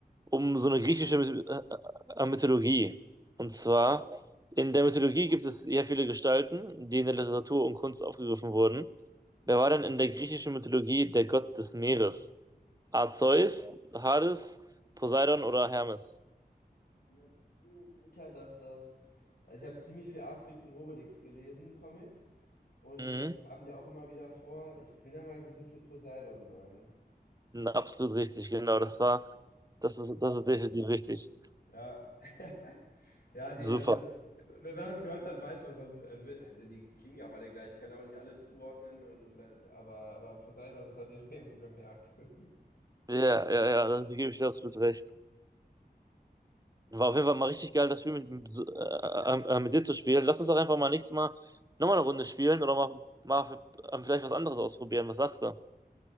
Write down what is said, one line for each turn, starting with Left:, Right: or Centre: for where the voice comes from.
Right: um so eine griechische Myth- äh, äh, äh, Mythologie. Und zwar, in der Mythologie gibt es sehr viele Gestalten, die in der Literatur und Kunst aufgegriffen wurden. Wer war denn in der griechischen Mythologie der Gott des Meeres? A. Zeus, Hades, Poseidon oder Hermes?
Left: Ich bin mir ziemlich sicher, dass das, also ich habe ziemlich viel Asterix und Obelix gelesen, Comics, und
Right: Mhm.
Left: da kamen die auch immer wieder vor. Ich bin der Meinung, das müsste Poseidon sein.
Right: Absolut richtig, genau. Das war, das ist, das ist definitiv richtig.
Left: Ja. <laughs> Ja, die,
Right: Super.
Left: also, wenn man es gehört hat, weiß man es. Also, äh, also, die klingen ja auch alle gleich. Ich kann ja auch nicht alle zuordnen, und, und, weil- aber, aber Poseidon, das hatte ich <laughs> auch irgendwo gemerkt. <laughs> Bin
Right: Ja, ja, ja, da gebe ich dir absolut recht. War auf jeden Fall mal richtig geil, das Spiel mit, mit- so, äh, äh, äh, mit dir zu spielen. Lass uns doch einfach mal nächstes Mal nochmal eine Runde spielen oder mal, mal äh, vielleicht was anderes ausprobieren. Was sagst du?